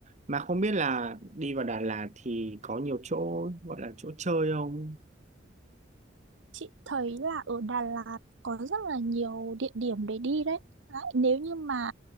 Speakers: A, on the right; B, on the right.
A: mà không biết là đi vào Đà Lạt thì có nhiều chỗ gọi là chỗ chơi không
B: Chị thấy là ở Đà Lạt có rất là nhiều địa điểm để đi đấy. đấy. Nếu như mà